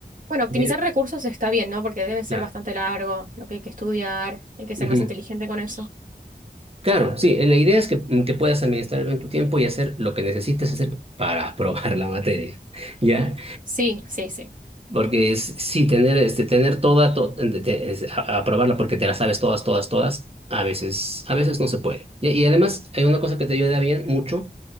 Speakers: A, on the right; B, on the right.
A: Bueno, optimizar
B: ver,
A: recursos está bien, ¿no? Porque debe ser
B: claro.
A: bastante largo, lo que hay que estudiar, hay que ser
B: ujú.
A: más inteligente con eso.
B: Claro, sí, eh, la idea es que, mm, que puedas administrar bien tu tiempo y hacer lo que necesites hacer para <laughs> aprobar la materia, ¿ya?
A: Sí, sí, sí.
B: Porque es, sí, tener, este, tener toda, to- de- de- es- a- aprobarla porque te la sabes todas, todas, todas, a veces, a veces no se puede. Y, y además hay una cosa que te ayuda bien mucho,